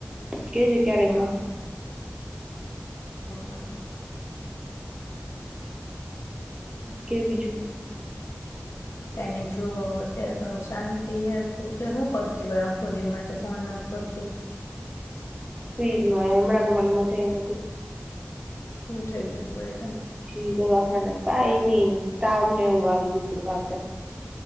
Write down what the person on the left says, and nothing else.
હા
હા.
કાઈ નહીં જો અત્યારે તો શાંતિ, તું કે હું કરતી હોય આખો દિ માંને તો ફોન નથ કરતી.
હું થઈ ગયું તું વળી તમને?